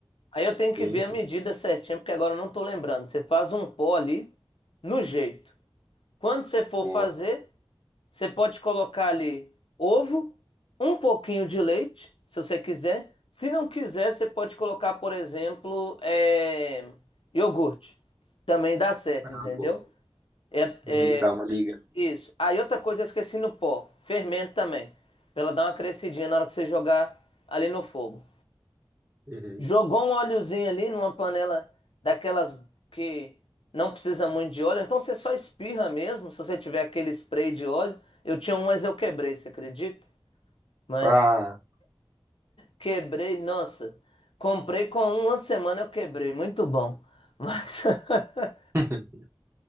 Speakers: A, on the left; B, on the right.
A: Aí eu tenho que
B: Sim,
A: ver
B: sim.
A: a medida certinha, porque agora eu não tô lembrando. Você faz um pó ali, no jeito. Quando você for
B: Boa.
A: fazer, você pode colocar ali ovo, um pouquinho de leite, se você quiser. Se não quiser, você pode colocar, por exemplo, é, iogurte. Também dá certo,
B: Ah,
A: entendeu?
B: boa.
A: É, é,
B: Uhum, dá uma liga.
A: isso. Aí outra coisa, eu esqueci no pó. Fermento também. Pra ela dar uma crescidinha na hora que você jogar ali no fogo.
B: Uhum.
A: Jogou um óleozinho ali numa panela daquelas que não precisa muito de óleo, então você só espirra mesmo, se você tiver aquele spray de óleo. Eu tinha um, mas eu quebrei, você acredita? Mas
B: Ah,
A: quebrei, nossa. Comprei com uma semana eu quebrei, muito bom. Mas, <laughs>
B: <laughs>